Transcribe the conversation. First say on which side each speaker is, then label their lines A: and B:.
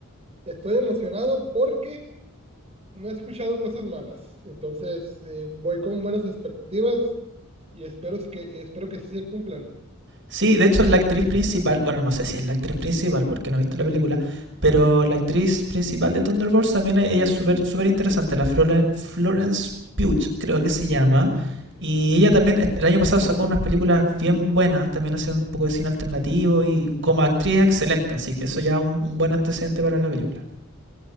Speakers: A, on the right; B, on the right.
A: estoy emocionado porque no he escuchado cosas malas. Entonces, eh, voy con buenas expectativas y espero es que, espero que sí se cumplan.
B: Sí, de hecho, la actriz principal, bueno, no sé si es la actriz principal porque no he visto la película, pero la actriz principal de Thunderbolts también e- ella es súper súper interesante, la Flore- Florence Pugh, creo que se llama. Y ella también est- el año pasado sacó unas películas bien buenas, también hace un poco de cine alternativo y como actriz es excelente, así que eso ya es un, un buen antecedente para la película.